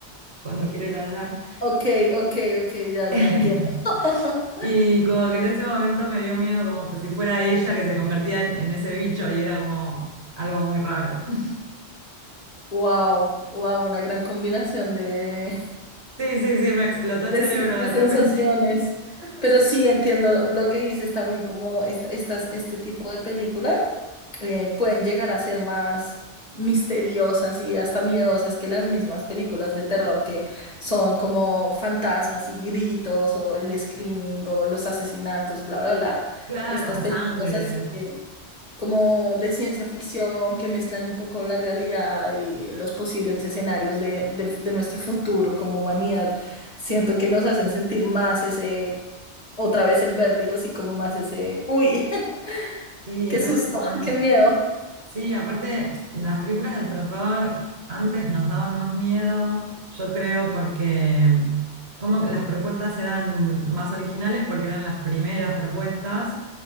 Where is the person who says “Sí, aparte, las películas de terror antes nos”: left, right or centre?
Right